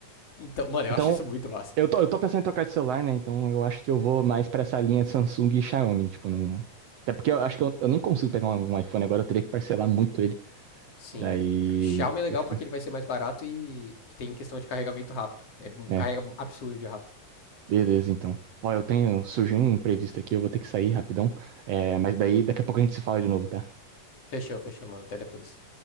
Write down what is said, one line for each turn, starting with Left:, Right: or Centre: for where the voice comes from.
Left: Então, mano, eu
Right: Então,
Left: acho isso muito massa.
Right: eu tô, eu tô pensando em trocar de celular, né? Então eu acho que eu vou mais pra essa linha Samsung e Xiaomi, tipo, não... Até porque eu acho que eu, eu nem consigo pegar um, um iPhone agora, eu teria que parcelar muito ele.
Left: Sim.
Right: Daí.
Left: Xiaomi é legal
Right: E fica.
Left: porque ele vai ser mais barato e, e tem questão de carregamento rápido. É,
Right: É,
Left: carrega absurdo de rápido.
Right: beleza então. Ó, eu tenho. Surgiu um imprevisto aqui, eu vou ter que sair rapidão. É, mas daí daqui a pouco a gente se fala de novo, tá?
Left: Fechou, fechou, mano. Até depois.